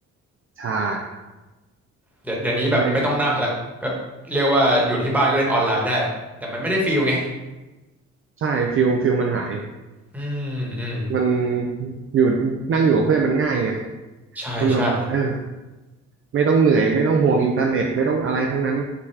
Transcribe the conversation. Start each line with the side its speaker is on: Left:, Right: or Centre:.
Right: ใช่
Centre: เดี๋ยวเดี๋ยวนี้แบบไม่ต้องนั่งแล้วก็เรียกว่าอยู่ที่บ้านก็เล่นออนไลน์ได้แต่มันไม่ได้ฟีลไง
Right: เน้นใช่ฟิลฟิลมันหาย
Centre: อืมอืม
Right: มันอยู่นั่งอยู่กับเพื่อนมันง่ายไง
Centre: ใช่ใช่
Right: มันแบบเออไม่ต้องเหนื่อยไม่ต้องห่วงอินเทอร์เน็ตไม่ต้องอะไรทั้งนั้น